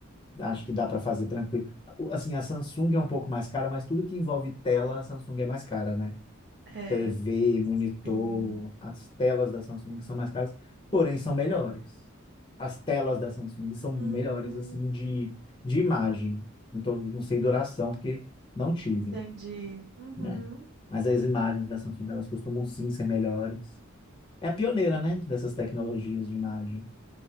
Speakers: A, on the left (about 25°); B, on the right (about 55°).
A: Acho que dá para fazer tranquilo. O- Assim, a Samsung é um pouco mais cara, mas tudo que envolve tela, a Samsung é mais cara, né?
B: É.
A: TV, monitor,
B: Sim.
A: as telas da Samsung são mais caras, porém são melhores. As telas da Samsung são melhores,
B: Hum,
A: assim, de, de imagem. Não tô, não sei duração, porque não tive,
B: entendi. Uhum.
A: né? Mas as imagens da Samsung, elas costumam
B: Hum.
A: sim ser melhores. É a pioneira, né? Dessas tecnologias de imagem.